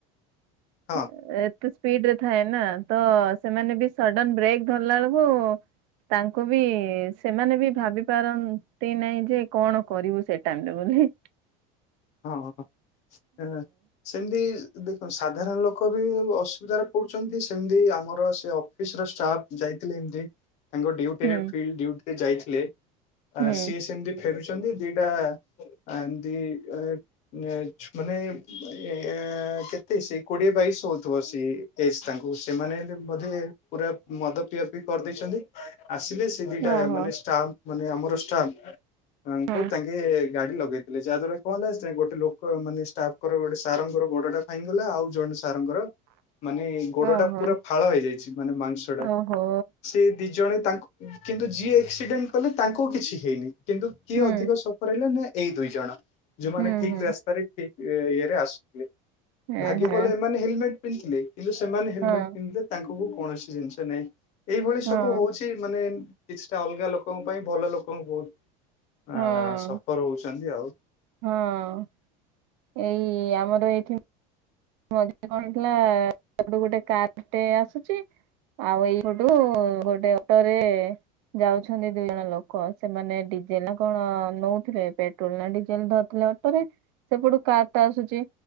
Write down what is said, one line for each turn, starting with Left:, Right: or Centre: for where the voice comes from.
Left: ହଁ
Right: ଏ ତେ। ସ୍ପିଡ ରେ ଥାଏ ନା ତ ସେମାନେ ବି ସଡନ ବ୍ରେକ୍ ଧରିଲା ବେଳକୁ। ତାଙ୍କୁ ବି ସେମାନେ ବି ଭାବି। ପାରନ୍ତି ନାଇଁ ଯେ କଣ କରିବୁ ସେ ଟାଇମରେ ବୋଲି ହି।
Left: ହଁ ଏଁ ସେମିତି ଦେଖନ୍ତୁ ସାଧାରଣ ଲୋକ। ଲୋକ ବି ଅସୁବିଧାରେ ପଡୁଛନ୍ତି ସେମତି ଆମର ସେ ଅଫିସ ର ଷ୍ଟାଫ ଯାଇଥିଲେ ଏମତି। ତାଙ୍କ ଡିଉଟି
Right: ହୁଁ
Left: ରେ ଫିଲଡ ଡିଉଟି ରେ ଯାଇଥିଲେ
Right: ହୁଁ
Left: ଆ ସିଏ ସେମତି। ଫେରୁଛନ୍ତି ଦିଟା ଏମତି। ଏ -ନେ -ଛୁ ମାନେ ଏ କେତେ ସେଇ କୋଡିଏ ବାଇଶ ହଉଥିବ ସେ ଏଜ ତାଙ୍କୁ ସେମାନେ ହେଲେ ବୋଧେ ପୁରା ମଦ ପିଆ ପି କରି ଦେଇଛନ୍ତି। ଆସିଲେ ସେ ଦିଟା
Right: ଓହୋ
Left: ମାନେ ଷ୍ଟାପ ମାନେ ଆମର ଷ୍ଟାମ୍ପ। ତାଙ୍କୁ
Right: ହଁ
Left: ତାଙ୍କେ ଗାଡି ଲଗେଇ ଦେଲ ଯାହା ଦ୍ୱାରା କି କହ ହେଲା ସେ ଗୋଟେ ଲୋକ ମାନେ ଷ୍ଟାଫ ଙ୍କର ଗୋଟେ ସାରଙ୍କ ର ଗୋଡଟା ଭାଙ୍ଗିଗଲା ଆଉ। ଜଣେ ସାରଙ୍କ ର ମାନେ ଗୋଡ
Right: ଓହୋ।
Left: ଟା ପୁରା ଫାଳ ହେଇଯାଇଛି ମାନେ ମାଂସ ଟା।
Right: ଓହୋ
Left: ସେ ଦି ଜଣେ ତାଙ୍କୁ। କିନ୍ତୁ ଯିଏ ଏକ୍ସିଡେଣ୍ଟ କଲେ ତାଙ୍କୁ କିଛି ହେଇନି କିନ୍ତୁ କିଏ
Right: ହୁଁ
Left: ଅଧିକ ସଫର ହେଲେ ନା। ଏଇ ଦୁଇ ଜଣ ଯୋଉମାନେ
Right: ହୁଁ
Left: ଠିକ
Right: ହୁଁ
Left: ରାସ୍ତାରେ ଠିକ ଇଏରେ ଆସୁଥିଲେ।
Right: ଏ
Left: ଭାଗ୍ୟ
Right: ହେ
Left: ଭଲ ଏମାନେ ହେଲମେଟ ପିନ୍ଧିଥୀଲେ କିନ୍ତୁ ସେମାନେ ହେଲମେଟ
Right: ହଁ
Left: ପିନ୍ଧିଲେ ତାଙ୍କୁ। ପାଖକୁ କୌଣସି ଜିନିଷ ନାଇଁ ଏଇଭଳି
Right: ହଁ
Left: ସବୁ ହଉଛି ମାନେ। କିଛିଟା ଅଲଗା ଲୋକଙ୍କ ପାଇଁ ଭଲ ଲୋକଙ୍କୁ ବହୁତ
Right: ହଁ
Left: ଆ ସଫର ହଉଛନ୍ତି ଆଉ।
Right: ହଁ ଏଇ ଆମର ଏଇଠି। ମଝି ରେ କଣ ହେଇଥିଲା ସାଡୁ ଗୋଟେ କାରେ ଟେ ଆସୁଛି। ଆଉ ଏଇପଟୁ ଗୋଟେ ଅଟରେ। ଯାଉଛନ୍ତି ଦି ଜଣ ଲୋକ ସେମାନେ ଡିଜେଲ ନା କଣ ନଉଥିଲେ ପେଟ୍ରୋଲ ନା ଡିଜେଲ ଧରିଥିଲେ। ଅଟୋ ରେ ସେପଟୁ କାର। ଟା ଆସୁଛି